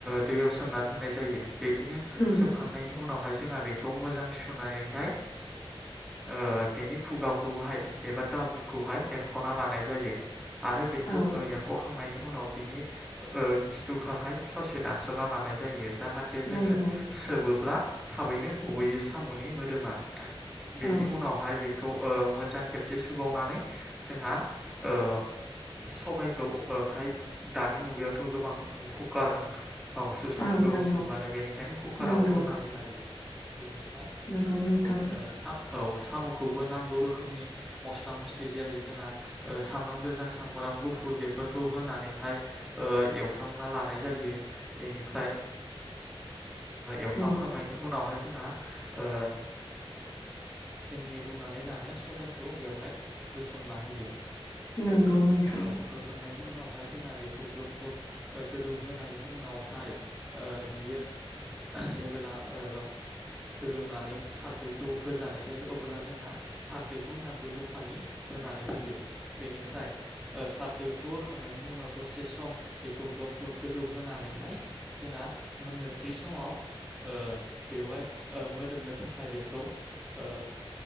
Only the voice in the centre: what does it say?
दैयाव सोमना दोननाय जायो बिदिनो
सोमखांनायनि उनाव बेवहाय जोंहा बेखौ मोजां सुनानैहाय ओ बेनि खुगाखौहाय एबा दाबुखौहाय एरख'ना लानाय जायो आरो बेखौ
एरख'खांनायनि उनाव बिनि ओ खिथुखौहाय ससे दानस'ना लानाय जायो जाहाथे जोङो
सोबोब्ला थाबैनो गबैयो साम'नि मोदोमा बेनि
उनावहाय बे खौ ओ मोजां खेबसे सुबावनानै जोंहा ओ सबायखौ हाय दानि मुगायावथ' गोबां कुकार आवसो सङो
गोबां
सुबुङानो बेनिखायनो कुकाराव
रुनानै लायो बेनिफ्राय
ओ साम औ साम'खौबो नांगौ रोखोमनि मस्ला मस्लि जेरै जोंहा सामब्राम गोजा सामब्राम सामब्राम गुफुर बेफोरखौ होनानैहाय ओ एवफ्रामना लानाय जायो बेनिफ्राय एवफ्रामखांनायनि
उनावहाय जोंहा ओ जोंनि रुनानै लानाय सबायखौ बेवहाय होसनना होयो
औ होखांनायनि उनावहाय जोंहा बेखौ ग्लब ग्लब ओ गोदौ होनायनि उनावहाय ओ बियो जेबोला ओ गोदौनानै खारदैखौ होजानाय जायो अबोला जोंना खारदैखौ नांगौ जखानि होनां नानै होयो बेनिफ्राय ओ खारदैखौ होखांनायनि उनाव दसे सम बेखौ ग्लब ग्लब गोदौ होनानैहाय जोंहा मोननोसै समाव ओ बेवहाय ओ मोदोमनो थाखाय बेखौ ओ